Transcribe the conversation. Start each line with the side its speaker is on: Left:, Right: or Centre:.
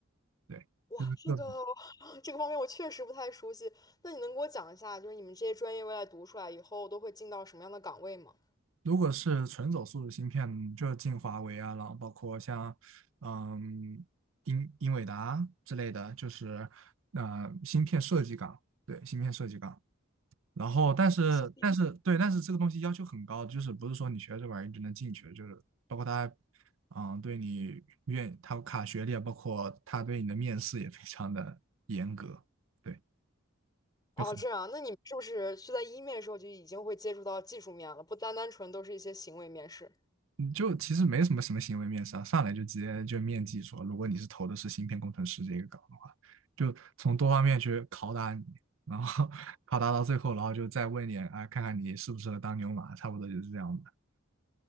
Right: 对，
Left: 哇，
Right: 就是各种。
Left: 这个 <laughs> 这个方面我确实不太熟悉。那你能给我讲一下，就是你们这些专业未来读出来以后都会进到什么样的岗位吗？
Right: 如果是纯走速的芯片，就进华为啊，然后包括像嗯英英伟达之类的，就是呃芯片设计岗，对，芯片设计岗。然后，但是，
Left: 芯片
Right: 但是，对，但是这个东西要求很高，就是不是说你学这玩意儿就能进去，就是包括他，嗯，对你愿他卡学历，啊，包括他对你的面试也非常的严格，对，
Left: 哦，
Right: 就很
Left: 这样，那你们是不是是在一面的时候就已经会接触到技术面了，不单单纯都是一些行为面试？
Right: 嗯就其实没什么什么行为面试啊，上来就直接就面基说，如果你是投的是芯片工程师这个岗的话，就从多方面去拷打你，然后 <laughs> 拷打到最后，然后就再问你，啊，看看你适不适合当牛马，差不多就是这样的。